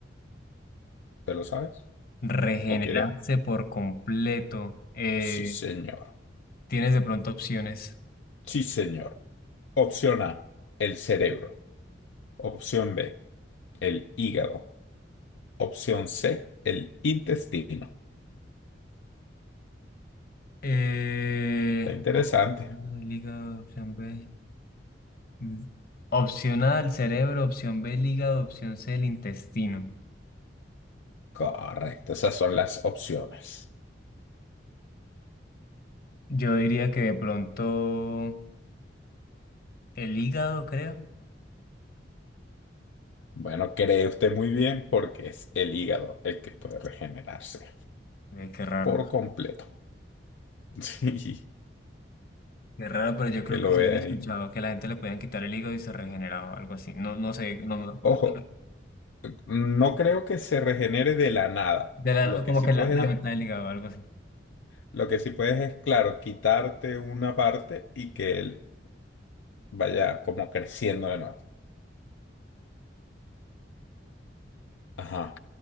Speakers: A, on the left (about 85°); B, on the left (about 55°).
A: ¿Te lo sabes?
B: Regenerarse
A: ¿O quieres?
B: por completo. Eh,
A: Sí, señor.
B: ¿tienes de pronto opciones?
A: Sí, señor. Opción A, el cerebro. Opción B, el hígado. Opción C, el intestino.
B: Eh,
A: Está interesante.
B: opción A, el hígado, opción B. Mm. Opción A, el cerebro, opción B, el hígado, opción C, el intestino.
A: Correcto, esas son las opciones.
B: Yo diría que de pronto el hígado, creo.
A: Bueno, cree usted muy bien porque es el hígado el que puede regenerarse
B: Eh, qué raro.
A: por completo. <laughs> Sí,
B: Qué raro, pero
A: hay
B: yo creo
A: que lo
B: que sí
A: vea
B: había escuchado
A: ahí.
B: que la gente le podían quitar el hígado y se regeneraba o algo así. No, no sé, no me acuerdo.
A: Ojo, no creo que se regenere de la nada.
B: De la-
A: Lo que
B: como
A: sí
B: que
A: puedes,
B: la, la mitad del hígado, algo así.
A: lo que sí puedes es, claro, quitarte una parte y que él vaya como creciendo de nuevo. Ajá,